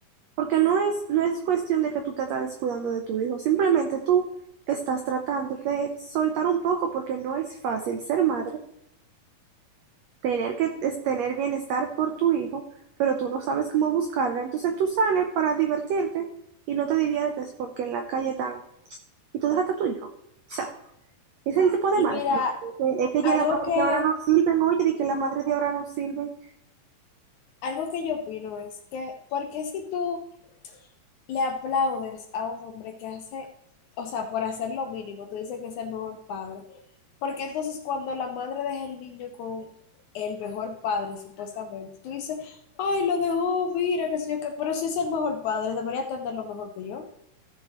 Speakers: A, on the right; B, on the left.
A: Porque no es, no es cuestión de que tú te estás descuidando de tu hijo, simplemente tú estás tratando de soltar un poco porque no es fácil ser madre, tener que es tener bienestar por tu hijo, pero tú no sabes cómo buscarla, entonces tú sales para divertirte y no te diviertes porque en la calle están y tú dejaste a tu hijo. O sea, es el tipo de
B: Y
A: madre.
B: mira,
A: ¿no? Es que es que
B: algo
A: ya las madres
B: que,
A: de ahora no sirven, oye, de que las madres de ahora no sirven.
B: algo que yo opino es que, ¿por qué si tú le aplaudes a un hombre que hace, o sea, por hacer lo mínimo, tú dices que es el mejor padre? Porque entonces cuando la madre deja el niño con el mejor padre, supuestamente, tú dices, ay, lo dejó, mira, qué sé yo, qué, pero si es el mejor padre, debería atenderlo mejor que yo.